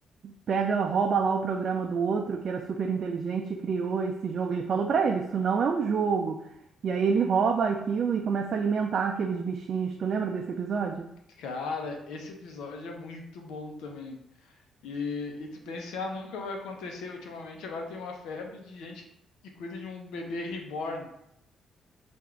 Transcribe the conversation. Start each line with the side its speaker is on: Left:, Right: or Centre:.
Right: pega, rouba lá o programa do outro, que era super inteligente, e criou esse jogo. Ele falou pra ele, isso não é um jogo. E aí ele rouba aquilo e começa a alimentar aqueles bichinhos. Tu lembra desse episódio?
Left: Cara, esse episódio é muito bom também. E, e tu pensa, assim, ah, nunca vai acontecer. Ultimamente, agora tem uma febre de gente que cuida de um bebê reborn